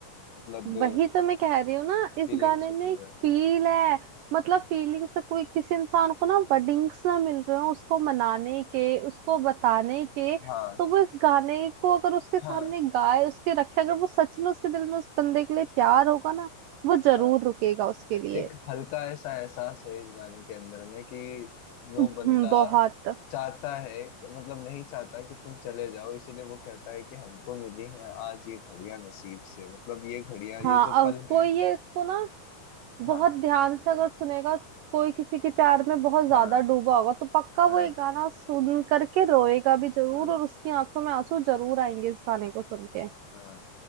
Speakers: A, on the left; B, on the right.
A: मतलब
B: वही तो मैं कह रही हूँ ना इस
A: फीलिंग्स
B: गाने
A: छुपे
B: में
A: हुए
B: एक
A: हैं
B: फील है मतलब फीलिंग से कोई किसी इंसान को ना वर्डिंग्स ना मिल रहे हो उसको मनाने के उसको बताने के तो
A: हाँ
B: वो इस गाने को अगर उसके सामने
A: हाँ
B: गाए उसके रखे अगर वो सच में उसके दिल में उस बंदे के लिए प्यार होगा ना वो जरूर
A: हाँ
B: रुकेगा उसके लिए
A: एक हल्का ऐसा एहसास है इस गाने के अंदर में कि वो
B: हम्म,
A: बंदा
B: बहुत
A: चाहता है मतलब नहीं चाहता कि तुम चले जाओ इसीलिए वो कहता है कि हमको मिली है आज ये घड़ियां नसीब से मतलब ये घड़ियां
B: हाँ
A: ये जो
B: अब
A: पल
B: कोई
A: है
B: ये इसको ना बहुत
A: हाँ
B: ध्यान से अगर सुनेगा कोई किसी के प्यार में बहुत ज्यादा
A: हाँ
B: डूबा होगा तो पक्का वो
A: हाँ
B: ये गाना सुन करके रोएगा भी जरूर
A: हाँ
B: और उसकी आंखों में आंसू जरूर आएंगे इस गाने को सुन के
A: हाँ